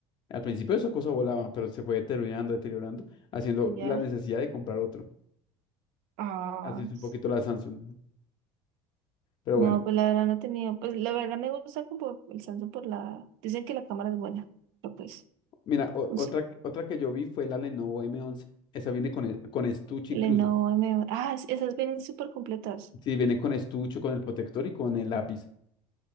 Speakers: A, on the left; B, on the right.
A: Al principio esa cosa volaba, pero se fue deteriorando, deteriorando, haciendo
B: y ya.
A: la necesidad de comprar otro.
B: Ah,
A: Así es un
B: s-
A: poquito la Samsung. Pero
B: no,
A: bueno,
B: pues la verdad no he tenido, pues la verdad me gusta como el Samsung por la, dicen que la cámara es buena, pero pues,
A: mira, o-
B: pues
A: otra, otra que yo vi fue la Lenovo m once Esa viene con, e- con estuche
B: Lenovo
A: incluso.
B: M11, ah, es- esas vienen súper completas.
A: Sí, viene con estuche, con el protector y con el lápiz.